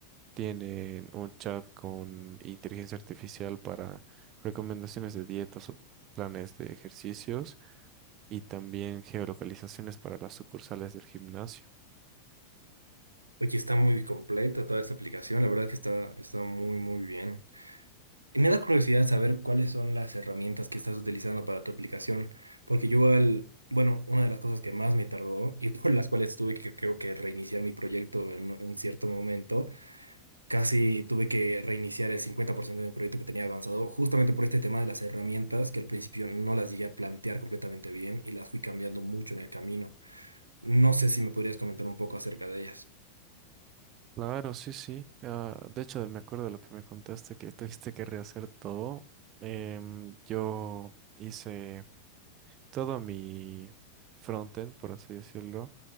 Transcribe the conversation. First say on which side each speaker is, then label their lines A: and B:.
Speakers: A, on the right; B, on the right.
A: Tienen un chat con inteligencia artificial para recomendaciones de dietas o planes de ejercicios y también geolocalizaciones para las sucursales del gimnasio.
B: Oye, está muy completa toda esta aplicación, la verdad que está, está muy, muy bien. Y me da curiosidad saber cuáles son las herramientas que estás utilizando para tu aplicación, porque yo al, bueno, una de las cosas que más me tardó y <laughs> por las cuales tuve que, creo que reiniciar mi proyecto en, un- en cierto momento, casi tuve que reiniciar el 50% de mi proyecto que tenía avanzado, justamente por este tema de las herramientas que al principio no las llegué a plantear completamente bien y las fui cambiando mucho en el camino. No sé si me podrías comentar un poco acerca de ellas.
A: Claro, sí, sí. Ah, de hecho, me acuerdo de lo que me contaste, que tuviste que rehacer todo. Em, yo hice todo mi frontend, por así decirlo,